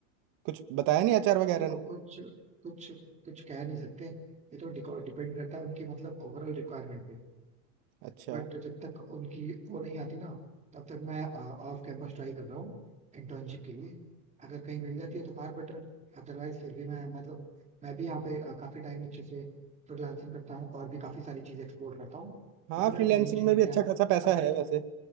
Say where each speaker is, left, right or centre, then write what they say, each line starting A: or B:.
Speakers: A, on the right (about 50°); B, on the right (about 15°).
A: कुछ बताया नहीं एचआर वगैरह
B: देखो
A: ने
B: कुछ कुछ कुछ कह नहीं सकते ये तो डिपेंड करता है उनकी मतलब ओवरऑल रिक्वायरमेंट पे
A: अच्छा
B: बट जब तक उनकी वो नहीं आती ना तब तक मैं ऑफ कैंपस ट्राई कर रहा हूँ इंटर्नशिप के लिए अगर कहीं मिल जाती है तो फार बेटर अदरवाइज फिर भी मैं मतलब मैं भी यहाँ पे अ, काफी टाइम अच्छे से फ्रीलांसिंग करता हूँ और भी काफी सारी चीजें एक्सप्लोर करता हूँ
A: हाँ
B: जैसे
A: फ्रीलैंसिंग
B: मैं मेन चीज
A: में
B: अब
A: भी
B: क्या
A: अच्छा
B: है ना
A: खासा पैसा
B: अपनी
A: है वैसे